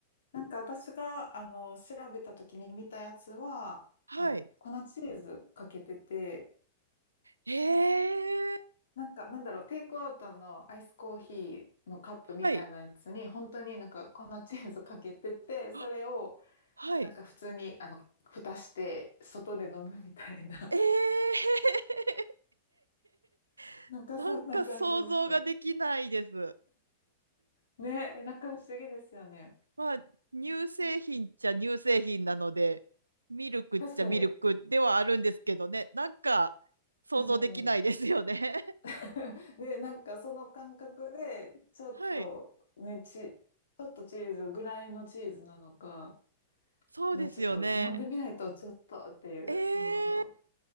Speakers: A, on the left (about 65°); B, on the right (about 80°).
A: なんか私が、あの、調べた時に見たやつは、
B: はい。
A: あの、粉チーズかけてて、
B: へえ、
A: なんか、なんだろう、テイクアウトのアイスコーヒーのカップみたいなやつに、
B: はい。
A: 本当になんか粉チーズかけてて、それを、
B: あ、はい。
A: なんか普通に、あの、蓋して、外で飲むみたいな。
B: ええ
A: <laughs>
B: <laughs>
A: なんかそんな感じでした。
B: なんか想像ができないです。
A: ね、なんか不思議ですよね。
B: まあ、乳製品っちゃ乳製品なので、ミルクっちゃミルクではあるんですけどね、
A: 確かに。
B: なんか想像できないですよね。
A: うん。<laughs> で、なんかその感覚で、ちょっとね、
B: <laughs> はい。
A: ち、ちょっとチーズぐらいのチーズなのか、
B: そうですよね。
A: ね、ちょっと飲んでみないとちょっとっていう、
B: ええ
A: そ